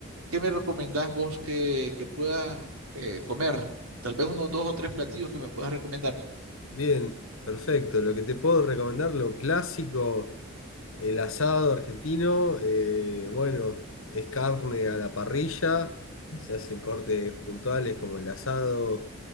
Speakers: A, on the right; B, on the left.
A: ¿qué me recomendás vos que, que pueda eh, comer? Tal vez unos dos o tres platillos que me puedas recomendar.
B: Bien, perfecto. Lo que te puedo recomendar, lo clásico, el asado argentino, eh, bueno, es carne a la parrilla, se hacen cortes puntuales como el asado,